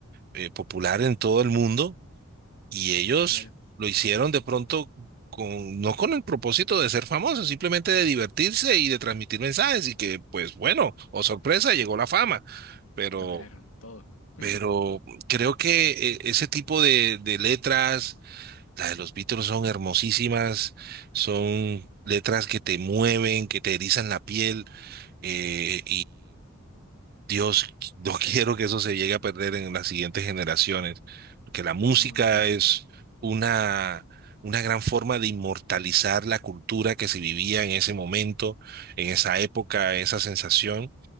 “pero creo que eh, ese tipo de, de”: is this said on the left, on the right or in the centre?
Right